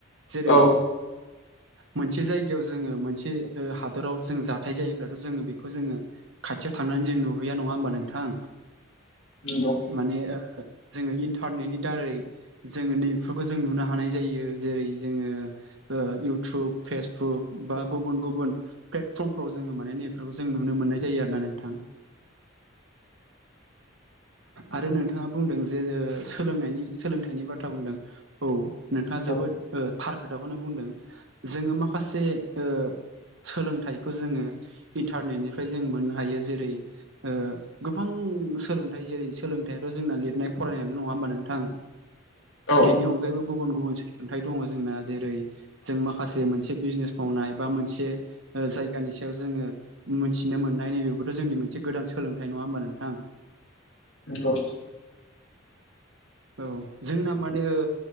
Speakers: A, on the right; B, on the left.
A: जेरै
B: औ
A: मोनसे जायगायाव जोङो मोनसे ओ हादराव जों जाथाय जायोब्लाथ' जोङो बेखौ जोङो खाथियाव थांनानै जों नुहैया नङा होमबा नोंथां
B: नंगौ
A: माने ओ जोङो इन्टारनेटनि दारै जोङो नैबेफोरखौ जों नुनो हानाय जायो जेरै जोङो ओ इउटुब फेसबुक बा गुबुन गुबुन प्लेटफर्मफ्राव जोङो माने नैफोरखौ जों नुनो मोननाय जायो आरो ना नोंथां। आरो नोंथाङा बुंदों जे ओ सोलोंनायनि सोलोंथाइनि बाथ्रा बुंदों औ नोंथाङा जोबोद
B: औ
A: ओ थार खोथाखौनो बुंदों जोङो माखासे ओ सोलोंथाइखौ जोङो इन्टारनेटनिफ्राय जों मोननो हायो जेरै ओ गोबां सोलोंथाइ जेरै सोलोंथाइयाथ' जोंना लिरनाय फरायनायल' नङा होमबा नोंथां
B: औ
A: बेनि अन गायैबो गुबुन गुबुन सोलोंथाइ दङ जोंना जेरै जों माखासे मोनसे बिजनेस मावनाय बा मोनसे ओ जायगानि सायाव जोङो मोनथिनो मोननाय नैबे बोथ' जोंनि मोनसे गोदान सोलोंथाइ नङा होमबा नोंथां?
B: नंगौ।
A: औ जोंना माने ओ